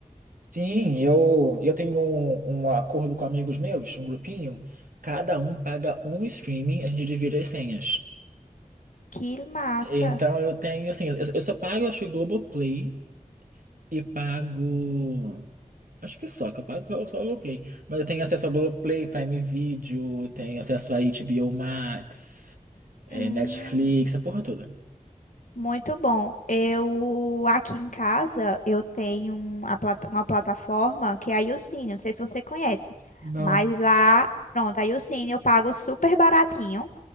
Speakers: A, on the right; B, on the left.
A: Sim, eu, eu tenho um, um acordo com amigos meus, um grupinho, cada um paga um streaming, a gente divide as senhas.
B: Que massa!
A: Então eu tenho, assim, eu, eu só pago, acho, o Globoplay e pago. Acho que só, que eu pago só só o Globoplay. Mas eu tenho acesso ao Globoplay, Prime Video, tenho acesso a HBO Max, eh,
B: Hum,
A: Netflix, a porra toda.
B: muito bom. Eu aqui em casa eu tenho uma, plata- uma plataforma que é a Youcine, não sei se você conhece,
A: Não.
B: mas lá, pronto, a Youcine eu pago super baratinho.